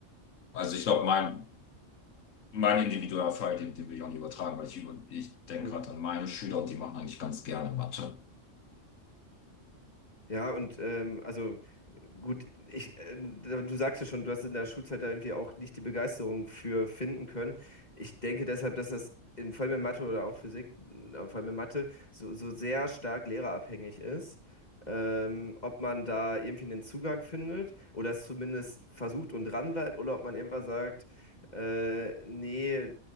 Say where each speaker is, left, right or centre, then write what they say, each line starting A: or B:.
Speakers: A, on the left; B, on the left.
A: also ich glaube, mein, mein individueller Fall, den, den will ich auch nicht übertragen, weil ich, über, ich denke
B: hm,
A: gerade an meine Schüler und die machen eigentlich ganz gerne Mathe.
B: Ja, und ähm, also äh, gut, ich, äh, du sagst ja schon, du hast in der Schulzeit da irgendwie auch nicht die Begeisterung für finden können. Ich denke deshalb, dass das in, vor allem in Mathe oder auch Physik, äh, vor allem in Mathe, so, so sehr stark lehrerabhängig ist. Ähm, ob man da irgendwie einen Zugang findet oder es zumindest versucht und dranbleibt oder ob man irgendwann sagt, äh, nee,